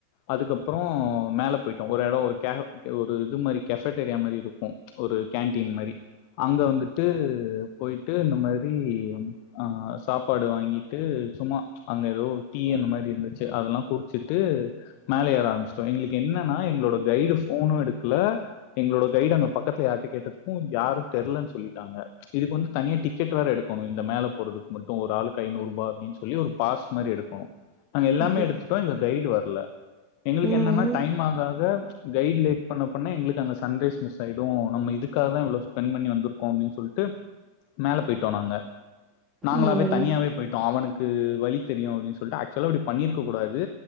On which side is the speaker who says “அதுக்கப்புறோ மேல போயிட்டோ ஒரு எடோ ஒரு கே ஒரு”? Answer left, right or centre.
Left